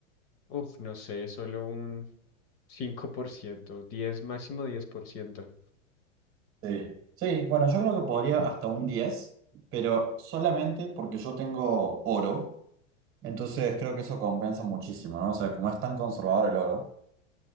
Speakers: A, on the left; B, on the right.
A: Uf, no sé, solo un 5%, 10 máximo 10%.
B: Sí. Sí, bueno, yo creo que podría hasta un diez pero solamente porque yo tengo oro, entonces creo que eso compensa muchísimo, ¿no? O sea, como es tan conservador el oro,